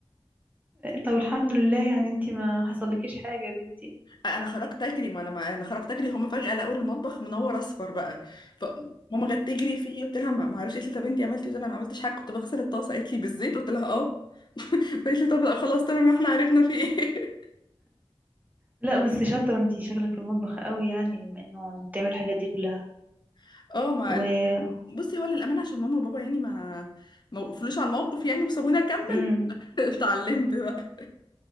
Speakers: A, on the right (about 15°); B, on the left (about 45°).
A: طب الحمد لله يعني انت ما حصلكيش حاجه يا بنتي
B: انا خرجت اجري ما انا ما انا خرجت اجري هم فجاه لقوا المطبخ منور اصفر بقى فماما جت تجري فيه قلت لها ما ما اعرفش قالت لي طب انت عملتي إيه؟ قلت لها ما عملتش حاجه كنت بغسل الطاسه قالت لي بالزيت قلت لها اه قالت لي طب لا خلاص تمام احنا عرفنا في ايه
A: لا بس شاطره انت شغلك في المطبخ قوي يعني بما انه بتعمل الحاجات دي كلها
B: <laughs> اه ما
A: و
B: بصي هو للامانه عشان ماما وبابا يعني ما ما وقفلوش على الموقف يعني وسابوني اكمل
A: امم
B: <laughs> اتعلمت بقى